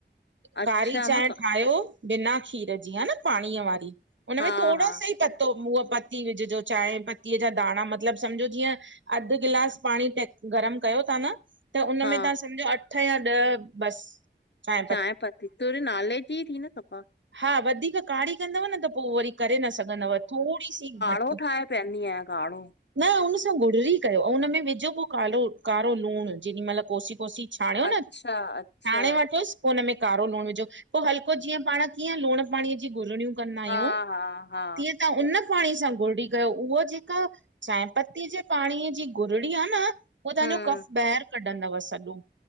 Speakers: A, on the left; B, on the right.
A: अच्छा
B: कारी चांहि
A: मां क-
B: ठायो बिना खीर जीह न पाणीअ वारी हुनन
A: हा
B: में थोड़ो
A: हा
B: सो ही पतो उअ पती विझजो चाहि पत्तीअ जा दाणा मतिलब समझो जीअं अध गिलास पाणी त गरम कयो ता न त उनम
A: हा
B: में तव्हां समझो अठ या ॾह बस चाय
A: चांहि पत्ती ततुर नाले जी थी न सफ़ा?
B: हा वधीक कारी कंदव न त पो वरी करे न सघंदव थोरी सी घट
A: उो ठाहे पहदी आय काड़ो
B: न हुनन सां गुररी कयो अऊं उन में विझो पो कारो कारो लूण जेॾी महिल कोसी कोसी छाणियो
A: अच्छा
B: न
A: अच्छा
B: छाणे वठोस पो हुन में कारो लूण विझो पो हल्को जीअं पाण कीअं लूण पाणीअ जी घुरणियूं कंदा आहियूं
A: हा हा हा
B: तीअं तव्हां उन पाणी सां घुरड़ी कयो उहा जेका चहिपतीअ जे पाणीअ जी घुरड़ी आह न पो तव्हांजो
A: हम्म
B: कफ ॿाहिर कढंदव सॼो